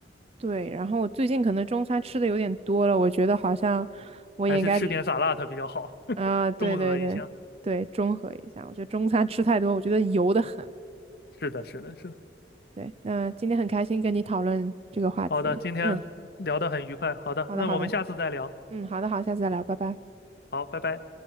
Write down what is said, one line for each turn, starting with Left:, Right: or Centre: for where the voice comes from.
Right: 对。然后我最近可能中餐吃的有点多了，我觉得好像我也应该
Left: 还是吃点 s a l 比较好，<laughs>
Right: 啊，对对对对，
Left: 中和一下。
Right: 中和一下。我觉得中餐吃太多，我觉得油的很。
Left: 是的，是的，是的。
Right: 对，那今天很开心跟你讨论这个话题。
Left: 好的，今天聊得很愉快。
Right: 嗯，
Left: 好的，
Right: 好的好的，
Left: 那我们下次再聊。
Right: 嗯，好的好，下次再聊，拜拜。
Left: 好，拜拜。